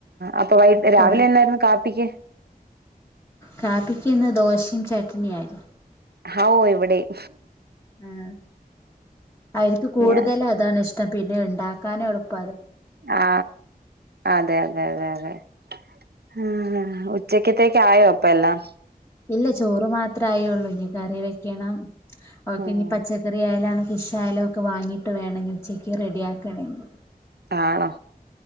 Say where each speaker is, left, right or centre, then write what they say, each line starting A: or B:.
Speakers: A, on the right (about 90°); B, on the left (about 15°).
A: അപ്പൊ വൈകി രാവിലെന്നായിരുന്നു
B: അവിടെ
A: കാപ്പിക്ക്
B: കാപ്പിക്കിന്ന് ദോശയും ചട്ട്നിയാരുന്നു
A: ഹൗ ഇവിടേം
B: ആ അവര്ക്ക് കൂടുതല്
A: ഞാ
B: അതാണിഷ്ടം പിന്നെ ഇണ്ടാക്കാനും എളുപ്പ
A: ആ അതെ അതെ അതെ അതെ ആ ഉച്ചക്കത്തേക്ക് ആയോ ഇപ്പല്ലാം
B: ഇല്ല ചോറ് മാത്രെ ആയൊള്ളു ഇനി കറി വെക്കണം ഓക്കെ
A: ഉം
B: ഇനി പച്ചക്കറി ആയാലാണ് ഫിഷായാലും ഒക്കെ വാങ്ങീട്ട് വേണം ഇനി ഉച്ചക്ക് റെഡി ആക്കണെങ്കി
A: ആണോ